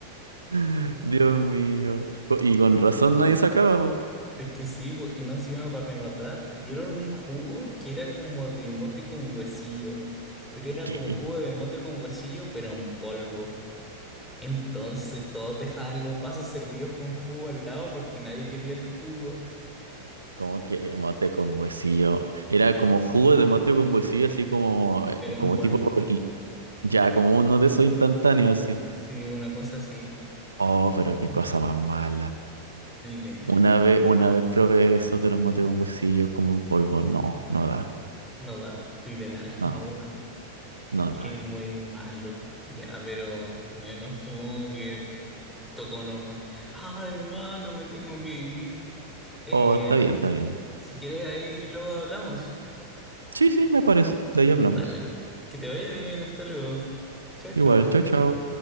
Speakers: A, on the right; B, in the centre.
A: <laughs> Dios mío. Co- Y con razón nadie sacaba, pues.
B: Es que sí, po, y más encima para rematar, dieron un jugo que era como de mote con huesillo, pero era
A: ¿Qué?
B: como jugo de mote con huesillo, pero en polvo. Entonces todos dejaban los vasos servidos con jugo al lado porque nadie quería el jugo,
A: Como que mote con huesillo. Era como jugo de mote con huesillo, así como, eh,
B: pero en
A: como
B: polvo.
A: tipo Ya, como uno de esos instantáneos así.
B: Sí, una cosa así.
A: Oh, pero qué
B: <clears throat>
A: cosa más mala.
B: Literal.
A: Una vez, una vez probé eso de los motes con huesillos como en polvo. No, no da.
B: No da, literal,
A: No,
B: no da.
A: no
B: Que
A: da.
B: muy malo. Ya, pero bueno, supongo que tocó nomás. Ah, hermano, me tengo que ir. Eh,
A: Oh, está bien, está bien.
B: Si quieres, ahí luego hablamos.
A: Sí, sí, me parece. De ahí hablamos.
B: Dale. Que te vaya bien, hasta luego. Chao, chao.
A: Igual, chao, chao.